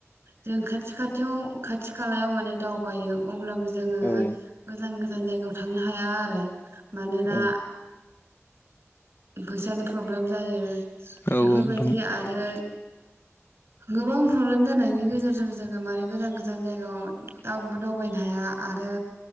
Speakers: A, on the right; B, on the left.
A: जों खाथि खाथियाव खाथि खालायाव माने दावबायो अब्लाबो जोंङो
B: औ
A: गोजान गोजान जायगायाव थांनो हाया आरो मानोना
B: औ
A: फैसानि प्रब्लेम जायो
B: औ
A: बेफोरबायदि
B: नोंथां
A: आरो गोबां प्रब्लेम जानायनि गेजेरजों जोंङो माने गोजान गोजान जायगायाव दाव दावबायनो हाया आरो